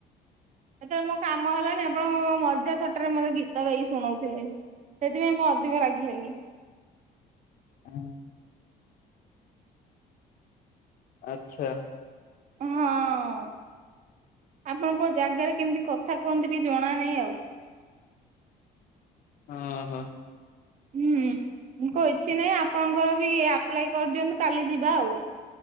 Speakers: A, on the right; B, on the left.
A: ସେତେବେଳେ ମୋ କାମ ହେଲାଣି। ଆପଣଙ୍କ ମଜା ଥଟାରେ ମତେ ଗୀତ ଗାଇକି ଶୁଣଉଥିଲେ। ସେଥିପାଇଁ ମୁଁ ଅଧିକ ରାଗି ହେଲି।
B: ହଁ। ଆଛା।
A: ହଁ। ଆପଣଙ୍କ ଜାଗାରେ କେମିତି କଥା କୁହନ୍ତି ଟିକେ ଜଣା ନାହିଁ ଆଉ।
B: ହଁ ହଁ।
A: ହୁଁ। ମୁଁ କହିଛି ନାହିଁ ଆପଣଙ୍କର ବି ଆପ୍ଲାଏ କରିଦିଅନ୍ତୁ। କାଲି ଯିବା ଆଉ।